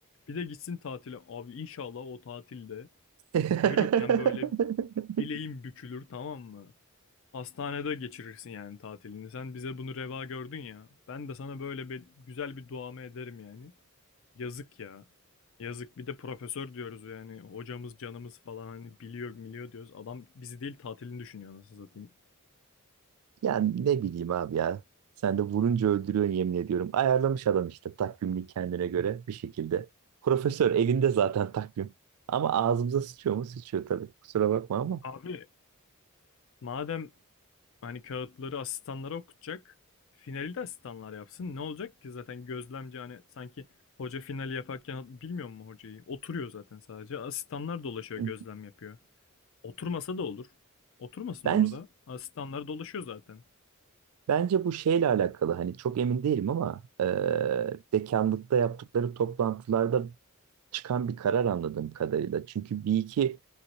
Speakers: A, on the left; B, on the right.
A: Bir de gitsin tatile. Abi inşallah o tatilde
B: <laughs>
A: Yürürken böyle bileğin bükülür tamam mı? Hastanede geçirirsin yani tatilini. Sen bize bunu reva gördün ya. Ben de sana böyle bir güzel bir duamı ederim yani. Yazık ya. Yazık bir de profesör diyoruz yani hocamız canımız falan hani biliyor biliyor diyoruz. Adam bizi değil tatilini düşünüyor nasıl satayım.
B: Yani ne bileyim abi ya. Sen de vurunca öldürüyorsun yemin ediyorum. Ayarlamış adam işte takvimini kendine göre bir şekilde. Profesör elinde zaten takvim. Ama ağzımıza sıçıyor mu? Sıçıyor tabii. Kusura bakma ama.
A: Abi Madem hani kağıtları asistanlara okutacak, finali de asistanlar yapsın. Ne olacak ki zaten gözlemci hani sanki hoca finali yaparken bilmiyor mu hocayı? Oturuyor zaten sadece. Asistanlar dolaşıyor,
B: Hı.
A: gözlem yapıyor. Oturmasa da olur. Oturmasın
B: Ben
A: orada. Asistanlar dolaşıyor zaten.
B: Bence bu şeyle alakalı hani çok emin değilim ama e, dekanlıkta yaptıkları toplantılarda çıkan bir karar anladığım kadarıyla. Çünkü bir iki